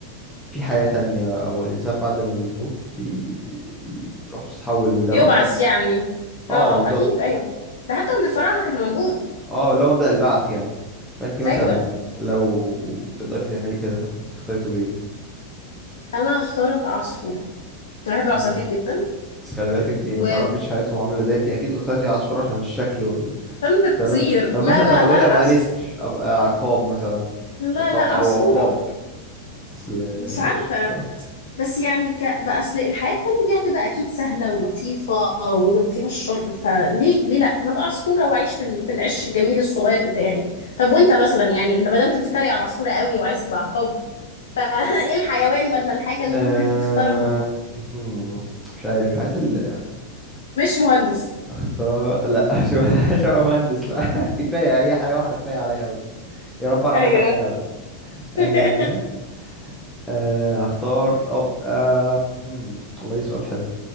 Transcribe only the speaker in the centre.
في حياة تانية او الانسان بعد ما بيموت بي بيروح بتتحول ده
مبدأ
اه
بالظبط
اه اللي هو مبدأ البعث يعني فانت مثلا
لو تقدري تعملي كده تختاري تبقي
ايه
بس خلي بالك انت ما
تعرفيش حياتهم عامله ازاي انت اكيد اخترتي عصفور عشان الشكل وال- والطيران
طب
مثلا طب
ما
تقولي ابقى
نستر ابقى عقاب مثلا
عقاب
او عقاب اصل
ماشي
براحتك
أه...
هم، مش عارف حياة ال
اختار لا <laughs> شو شو مهندس لا <laughs> كفايه هي حياه واحده كفايه عليا قوي يا رب اعرف
اكملها بس أه...
أه... اختار ابقى هم، والله سؤال حلو